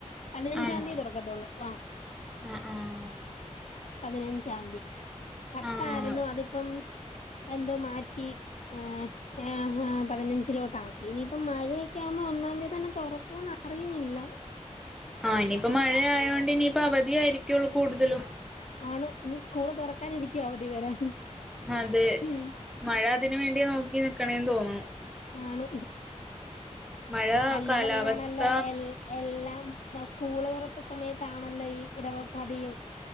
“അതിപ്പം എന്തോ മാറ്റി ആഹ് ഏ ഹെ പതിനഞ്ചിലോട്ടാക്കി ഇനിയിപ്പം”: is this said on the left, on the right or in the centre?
Left